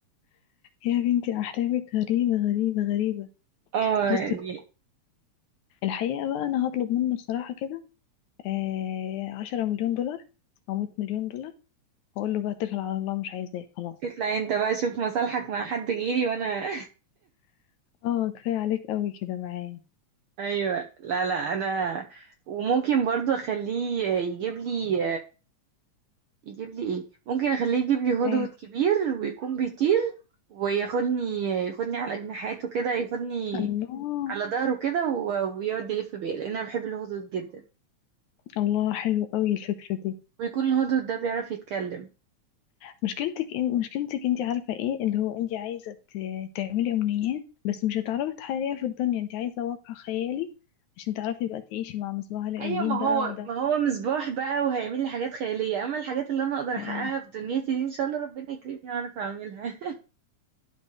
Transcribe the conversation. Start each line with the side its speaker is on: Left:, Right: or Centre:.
Left: يا بنتي احلامك غريبة غريبة غريبة
Right: اه
Left: بصي
Right: يعني
Left: الحقيقة بقى انا هطلب منه الصراحة كده آه عشرة مليون دولار او مية مليون دولار واقول له بقى اتكل على الله مش عايزاه خلاص
Right: تطلع انت بقى شوف مصالحك مع حد غيري وانا
Left: اه كفاية عليك قوي كده معايا
Right: <laughs> ايوه لا لا انا وممكن برضو اخليه يجيب لي يجيب لي ايه ممكن اخليه يجيب لي هدهد
Left: ايه
Right: كبير ويكون بيطير وياخدني ياخدني على جناحاته كده ياخدني
Left: الله
Right: على ظهره كده و- ويقعد يلف بيا لان انا بحب الهدهد جدا
Left: الله حلو قوي الفكرة دي
Right: ويكون الهدهد ده بيعرف يتكلم
Left: مشكلتك إن... مشكلتك انت عارفة ايه اللي هو انت عايزة ت... تعملي امنيات بس مش هتعرفي تحققيها في الدنيا انت عايزة واقع خيالي عشان تعرفي بقى تعيشي مع مصباح علاء
Right: ايوه
Left: الدين
Right: ما
Left: بقى
Right: هو
Left: وده
Right: ما هو مصباح بقى وهيعمل لي حاجات خياليه اما الحاجات اللي انا اقدر احققها
Left: مم.
Right: في دنيتي دي ان شاء الله ربنا يكرمني واعرف اعملها